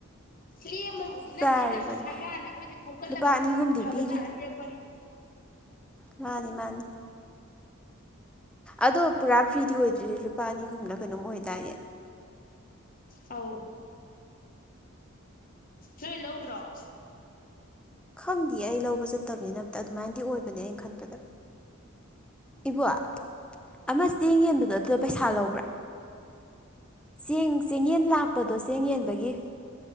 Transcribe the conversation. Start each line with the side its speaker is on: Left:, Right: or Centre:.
Left: ꯂꯦꯝꯕ ꯗꯤ
Centre: ꯆꯥꯔꯤꯕꯅꯤ
Left: ꯅꯠꯇꯦꯗ ꯁꯔꯀꯥꯔꯅ ꯑꯈꯣꯏꯗꯩ ꯈꯣꯝꯀꯠꯂꯒ
Centre: ꯂꯨꯄꯥ
Left: ꯑꯃꯨꯛ
Centre: ꯑꯅꯤ ꯑꯍꯨꯝꯗꯤ
Left: ꯑꯐꯕ
Centre: ꯄꯤꯔꯤ
Left: ꯁꯔꯒ ꯄꯤꯔꯛꯄꯅꯦ꯫
Centre: ꯃꯥꯅꯤ ꯃꯥꯅꯤ ꯑꯗꯣ ꯄꯨꯔꯥ ꯐ꯭ꯔꯤꯗꯤ ꯑꯣꯏꯗ꯭ꯔꯤ ꯂꯨꯄꯥ ꯑꯅꯤ ꯑꯍꯨꯝꯂ ꯀꯩꯅꯣꯝ ꯑꯣꯏꯗꯥꯏꯅꯦ꯫
Left: ꯑꯥꯎ ꯅꯣꯏ ꯂꯧꯗ꯭ꯔꯣ
Centre: ꯈꯪꯗꯤꯌꯦ ꯑꯩ ꯂꯧꯕ ꯆꯠꯇꯕꯅꯤꯅ ꯑꯝꯇ ꯑꯗꯨꯃꯥꯏꯅꯗꯤ ꯑꯣꯏꯕꯅꯦ ꯑꯩ ꯈꯟꯕꯗ꯫ ꯏꯕꯣꯛ ꯑꯃ ꯆꯦꯡ ꯌꯦꯟꯕꯗꯣ ꯑꯗꯨꯗ ꯄꯩꯁꯥ ꯂꯧꯕ꯭ꯔꯥ꯫ ꯆꯦꯡ ꯆꯦꯡꯉꯦꯟ ꯂꯥꯛꯄꯗꯣ ꯆꯦꯡ ꯌꯦꯟꯕꯒꯤ